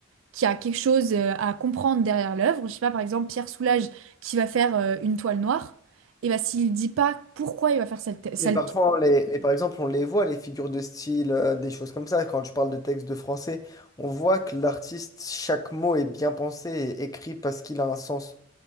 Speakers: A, on the right (about 75°); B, on the left (about 15°).
A: qu'il y a quelque chose euh, à comprendre derrière l'œuvre. Je sais pas, par exemple, Pierre Soulages qui va faire euh, une toile noire, et ben s'il dit pas pourquoi il va faire cette... cette-
B: Mais parfois, on les, mais par exemple, on les voit, les figures de style, euh, des choses comme ça. Quand tu parles de textes de français, on voit que l'artiste, chaque mot est bien pensé et écrit parce qu'il a un sens.